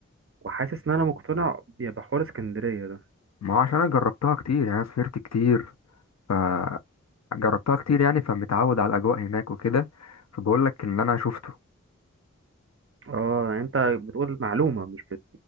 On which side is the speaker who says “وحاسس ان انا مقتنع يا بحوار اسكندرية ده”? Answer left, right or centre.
Right